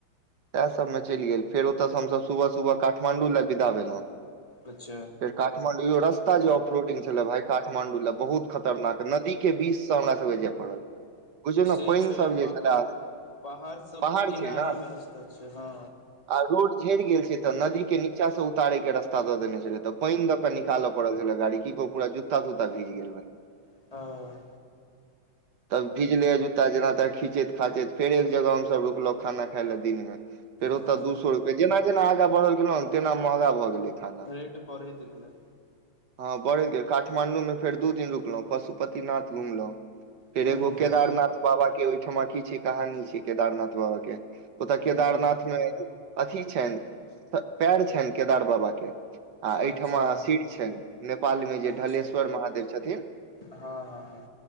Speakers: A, on the right (about 60°); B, on the left (about 20°).
A: सैह सबमें चैल गेल फेर ओतस हमसब सुबह सुबह काठमाण्डू लए विदा भेलों
B: अच्छ
A: काठमांडू यो रस्ता जे आफरोडिंग छले भाय काडमांडू लय बहुत खतरणाक नदी कऽ केँ बीस स हमरा सब केँ जै पड़ल <inaudible>
B: से
A: पानि
B: छय
A: सब जे
B: पहाड़
A: छले
B: पहाड़ सब
A: पहाड़
B: केँ
A: छै
B: किनारा
A: ने
B: मे रस्ता छै हँ
A: आ रोड झैर गेल छै तऽ नदी केँ नीचा स उतारय कऽ रास्ता दऽ देने छलय तऽ पाइन दऽ केँ निकाल पड़ल छलय गाड़ी की कहु पूरा जुत्ता तुत्ता भीज गेल वाइह
B: <unintelligible>
A: <inaudible> तऽ भीजले जूत्ता जेना तेना खींचैत खाचैत फेर एक जगह हम सब रुकलौ खाना खाय लय दिन मे फेर ओत
B: हँ
A: दु सौ रुपए जेना जेना आगा बढ़ल गेलो तेना महंगा भऽ गेलै खाना
B: रेट बढैत गेलै
A: हँ बढ़ैत गेल काठमाण्डू मे फेर दु दिन रुकलौ पशु पतिनाथ घुमलों फेर
B: ह्म
A: एगो केदारनाथ बाबा केँ ओहिठमा की छै कहानी छै केदारनाथ बाबा केँ केदारनाथ
B: ह्म
A: मे अथी छैन्ह पैर छइन केदार बाबा केँ आ एहिठमा
B: अच्छा
A: सिर छैन नेपालमे जे
B: अच्छा
A: ढलेश्वर महादेव छथिन
B: हँ हँ